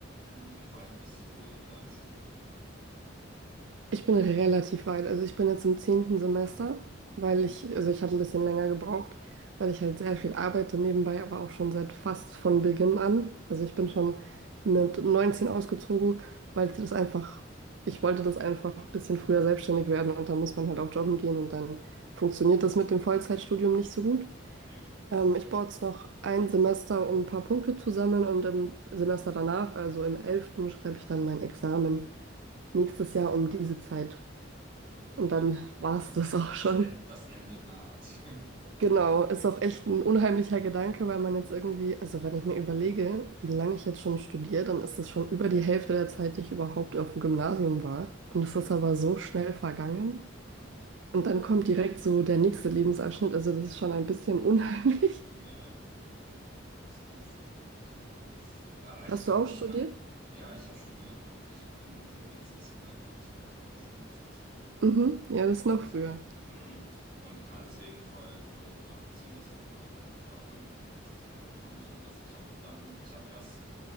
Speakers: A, on the right; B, on the right.
A: Emily, wie weit bist du in deinem Studium aktuell?
B: Ich bin relativ weit. Also ich bin jetzt im zehnten Semester, weil
A: Oh,
B: ich, also
A: ja.
B: ich habe ein bisschen länger gebraucht, weil ich halt sehr viel arbeite nebenbei, aber auch schon seit fast von Beginn an. Also ich
A: Ja,
B: bin schon mit 19 ausgezogen, weil ich das einfach, ich wollte das einfach ein bisschen früher selbstständig werden und dann muss man halt auch jobben
A: hm,
B: gehen und dann funktioniert
A: ja,
B: das mit dem Vollzeitstudium nicht so gut.
A: ja,
B: Ähm, ich brauche jetzt noch ein Semester, um ein paar Punkte zu sammeln und im Semester danach, also im elften, schreibe ich dann mein Examen nächstes Jahr um diese Zeit.
A: okay.
B: Und dann war
A: Das
B: es das
A: End,
B: auch schon.
A: das End, das Ende naht. <laughs>
B: Genau, ist auch
A: Das,
B: echt ein unheimlicher Gedanke, weil man jetzt irgendwie, also wenn ich mir überlege, wie lange ich jetzt schon studiere, dann ist das
A: hm,
B: schon über die Hälfte der Zeit, die ich überhaupt auf dem Gymnasium war. Und es
A: hm,
B: ist aber so schnell vergangen.
A: hm.
B: Und dann kommt direkt so der nächste Lebensabschnitt, also das ist schon ein bisschen unheimlich.
A: Ja, ja, da kommt der, der Berufseinstieg und ja.
B: <laughs>
A: Äh,
B: Hast
A: ich kann,
B: du auch
A: ich
B: studiert?
A: kann, ja, ich habe studiert und ich bin so mit 17,5 von zu Hause auch schon ausgezogen.
B: Mhm, ja,
A: Und,
B: das ist noch früher.
A: mhm. und kann deswegen voll, voll gut nachvollziehen, dass du halt auch auf Arbeit angewiesen bist. Das war bei mir auch nicht anders. Ich habe dann, ich habe erst